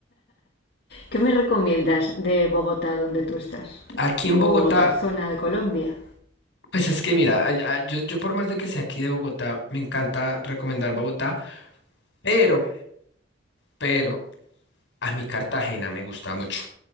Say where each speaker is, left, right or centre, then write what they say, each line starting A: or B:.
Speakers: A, on the left; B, on the left.
A: ¿Qué me recomiendas de Bogotá, donde tú estás?
B: Aquí en Bogotá,
A: ¿O otra zona de Colombia?
B: pues es que mira, ay- ay, yo, yo por más de que sea aquí de Bogotá, me encanta recomendar Bogotá, pero, pero a mi Cartagena me gusta mucho.